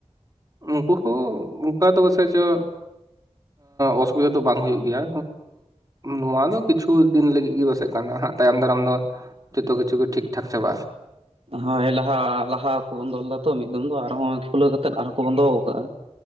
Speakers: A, on the right; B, on the right.
A: ᱩᱱᱠᱩ ᱦᱚᱸ ᱚᱝᱠᱟ ᱫᱚ ᱯᱟᱥᱮᱡ ᱪᱚ ᱚᱥᱩᱵᱤᱫᱟ ᱫᱚ ᱵᱟᱝ ᱦᱩᱭᱩᱜᱼᱼ ᱜᱮᱭᱟ ᱱᱚᱣᱟ ᱫᱚ ᱠᱤᱪᱷᱩ ᱫᱤᱱ ᱞᱟᱹᱜᱤᱜ ᱜᱮ ᱯᱟᱥᱮᱜ ᱠᱟᱱᱟ ᱛᱟᱭᱚᱢ ᱫᱟᱨᱟᱢ ᱫᱚᱼ- ᱡᱚᱛᱚ ᱠᱤᱪᱩ ᱜᱮ ᱴᱷᱤᱠ ᱴᱷᱟᱠ ᱪᱟᱵᱟᱜᱼᱟ᱾
B: ᱦᱳᱭ ᱞᱟᱦᱟ ᱞᱟᱦᱟ ᱠᱚ ᱵᱚᱱᱫᱚ ᱞᱮᱫᱟ ᱛᱚ ᱢᱤᱫ ᱫᱢ ᱫᱚ ᱟᱨᱦᱚᱸ ᱠᱷᱩᱞᱟᱹᱣ ᱠᱟᱛᱮᱫ ᱟᱨᱦᱚᱸ ᱠᱚ ᱵᱚᱱᱫᱚᱣ ᱠᱟᱜᱼᱟ᱾